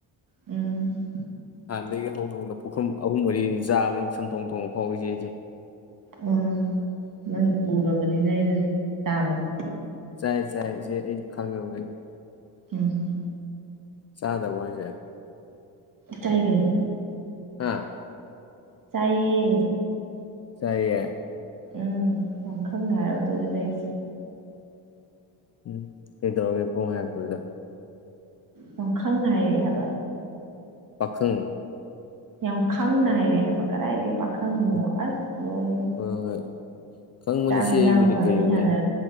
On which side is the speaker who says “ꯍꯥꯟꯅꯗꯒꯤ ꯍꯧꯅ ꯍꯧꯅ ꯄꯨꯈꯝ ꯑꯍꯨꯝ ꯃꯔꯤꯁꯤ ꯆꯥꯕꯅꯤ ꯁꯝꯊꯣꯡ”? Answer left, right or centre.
Left